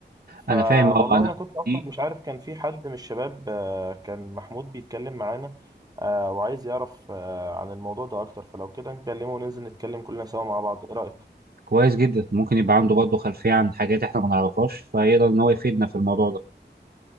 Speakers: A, on the right; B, on the right.
A: فوالله
B: انا فاهم اه اه انا
A: انا كنت اصلا
B: دي
A: مش عارف كان في حد من الشباب آه، كان محمود بيتكلم معانا آه، وعايز يعرف آه، عن الموضوع ده اكتر فلو كده نكلمه وننزل نتكلم كلنا سوا مع بعض ايه رأيك
B: كويس جدا ممكن يبقى عنده برضه خلفيه عن حاجات احنا ما نعرفهاش فيقدر ان هو يفيدنا في الموضوع ده